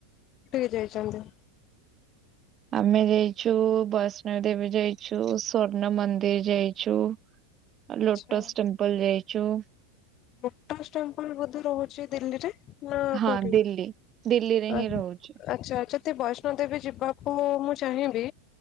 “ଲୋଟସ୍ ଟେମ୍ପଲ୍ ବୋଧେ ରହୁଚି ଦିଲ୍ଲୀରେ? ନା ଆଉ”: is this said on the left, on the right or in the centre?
Left